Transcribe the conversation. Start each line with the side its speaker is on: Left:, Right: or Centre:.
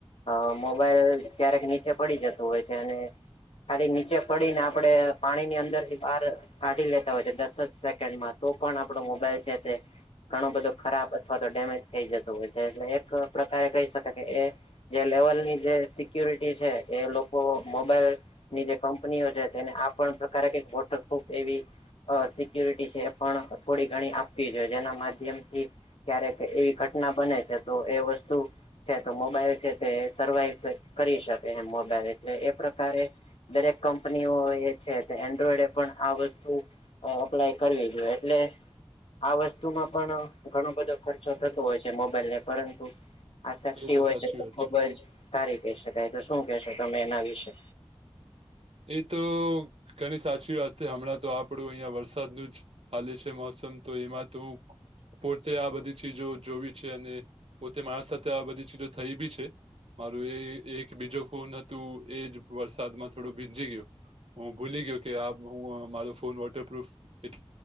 Left: અ મોબાઈલ ક્યારેક નીચે પડી જતું હોય છે, અને. ખાલી નીચે પડીને આપડે પાણીની અંદરથી. બાર કાઢી લેતા હોય છે, દસ જ સેકેન્ડમાં તો પણ આપડો મોબાઈલ છે, તે. ઘણું બધું ખરાબ અથવા તો ડેમેજ થઈ જતું હોય છે, એટલે એક પ્રકારે કહી શકાય કે એ. જે લેવલની જે સિક્યુરિટી છે, એ લોકો મોબાઈલ. ની જે કંપનીઓ છે, તેને આ પણ પ્રકારે કઈક વોટરપ્રૂફ એવી. અ સિક્યુરિટી છે, એ પણ થોડી ઘણી આપવી જોઈએ જેના માધ્યમથી. ક્યારેક એવી ઘટના બને છે, તો એ વસ્તુ. છે, તો મોબાઈલ સે તે સર્વાઈવ કર કરી શકે એમ મોબાઈલ એટલે એ પ્રકારે. દરેક કંપનીઓ એ છે, તે એન્ડ્રોઈડ એપ પણ આ વસ્તુ અ અપ્લાય કરવી જોઈએ એટલે આ વસ્તુમાં પણ ઘણો બધો ખર્ચો થતો હોય છે, મોબાઈલને પરંતુ આ સેફટી
Right: એ
Left: હોય
Right: સાચી
Left: છે, તો
Right: વાત
Left: ખુબ જ સારી કહી શકાય તો શું કેશો તમે એના વિશે?
Right: એ તો ઘણી સાચી વાત તે હમણાં તો આપણું અહિયાં વરસાદનું જ હાલી છે, મોસમ તો એમાં તુ પોતે આ બધી ચીજો જોવી છે, અને પોતે મારા સાથે આ બધી ચીજો થઈ બી છે. મારું એ એક બીજો ફોન હતુ એજ વરસાદમાં થોડો ભીજી ગીયો હું ભૂલી ગયો કે આ, હું મારો ફોન વોટરપ્રૂફ એટ